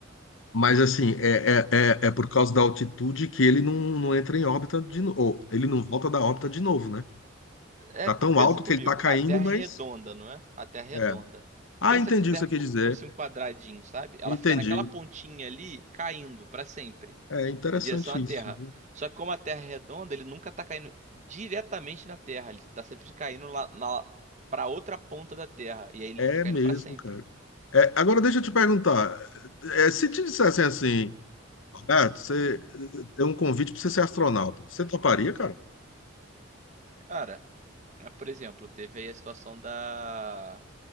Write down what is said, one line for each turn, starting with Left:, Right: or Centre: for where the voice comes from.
Left: Mas assim, é, é, é, é por causa da altitude que ele não, não entra em órbita de novo. Ele não volta da órbita de novo, né?
Right: É,
Left: Tá tão
Right: pensa
Left: alto
Right: comigo,
Left: que ele tá caindo,
Right: a Terra
Left: mas.
Right: é redonda, não é? A Terra é redonda.
Left: É. Ah,
Right: Pensa
Left: entendi
Right: que a Terra
Left: o que você
Right: fo-
Left: quer dizer.
Right: fosse um quadradinho, sabe? Ela
Left: Entendi.
Right: fica naquela pontinha ali, caindo para sempre,
Left: É, é interessante
Right: em direção à Terra.
Left: isso, viu?
Right: Só que como a Terra é redonda, ele nunca está caindo diretamente na Terra. Ele está sempre caindo lá, na, para outra ponta da Terra. E aí ele
Left: É
Right: fica caindo
Left: mesmo,
Right: para sempre.
Left: cara. É, agora deixa eu te perguntar. é, é, se te dissessem assim, Roberto, você eh, tem um convite para você ser astronauta, você toparia, cara?
Right: Cara, Ah, Por exemplo, teve aí a situação da